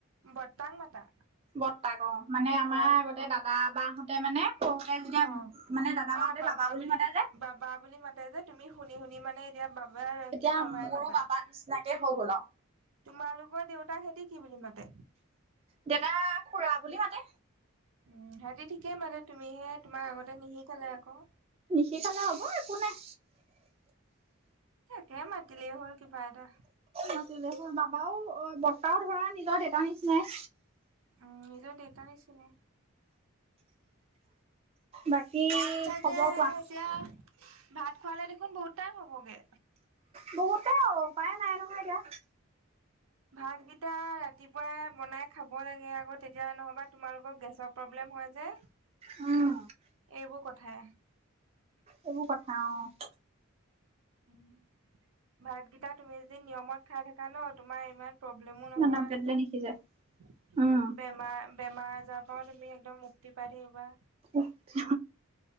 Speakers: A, on the right; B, on the right.
A: বতাৰ্ক মাতা?
B: বৰ্তাক ‌অহ মানে আমাৰ
A: হয়,
B: আগতে দাদা বাহতে মানে সৰুতে যেতিয়া
A: অহ
B: মানে দাদা
A: অহ
B: বাহঁতে
A: বাবা বুলি
B: মাতে যে
A: বাবা বুলি মাতে যে তুমি শুনি শুনি মানে এতিয়া বাবাৰ
B: তেতিয়া
A: কি বাবাই
B: মোৰো
A: মাতা।
B: বাবা নিচিনাকে হৈ গ'ল আও
A: তোমালোকৰ দেউতাক কি বুলি মাতে?
B: দেতা খুড়া বুলি মাতে।
A: উম সিহঁতি ঠিকেই মাতে তুমিহে তোমাৰ আগতে নিশিকালে আকৌ
B: নিশিকালে হ'ব একো নাই
A: তাকে মাতিলেই হ'ল কিবা এটা
B: মাতিলে হল বাবাও অহ বৰ্তাৰহত সেইয়া নিজৰ দেউতাৰ নিচিনাই
A: উম নিজ দেতা নিচিনাই।
B: বাকী
A: ভাত চাগে
B: খবৰ কোৱা?
A: এতিয়া ভাত খোৱালে দেখোন বহুত টাইম হ'বগে।
B: বহুতে উপায় নাই নহয় এতিয়া।
A: ভাতকেইটা ৰাতিপুৱাই বনাই খাব লাগে আকৌ তেতিয়া নহবা তোমালোকৰ গেছত প্ৰব্লেম হয় যে
B: উম
A: এইবোৰ কথাই
B: এইবোৰ কথা অ
A: উম ভাতকেইটা তুমি যদি নিয়মত খাই থাকা ন তোমাৰ ইমান প্ৰব্লেম নহয়
B: অ নামকে দিলে নিসিজে উম
A: বে মাৰ বেমাৰ আজাৰ পৰাও তুমি একদম মুক্তি পাই থাকিব পাৰা
B: এ ছো